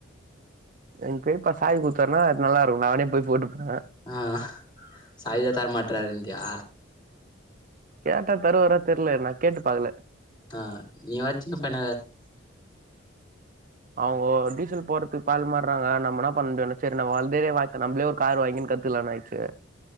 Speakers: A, on the right; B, on the left.
A: எங் பெரிப்பா சாவி குடுத்தார்னா அது நல்லாருக்கு நானே போய் போட்டுப
B: ஆ சாவிய தர மாட்றாருன்றியா
A: கேட்டா தருவரா தெர்ல நா கேட்டு பாக்கல
B: ஆ நீ வச்சுனு பண
A: அவுங்கோ டீசல் போறதுக் பால் மார்றாங்க நம்ம எனா பண்து சேரி நம்ம வந்ததே வாங் நம்ளே ஒரு காரு வாங்கினு கத்துலானு ஆய்சு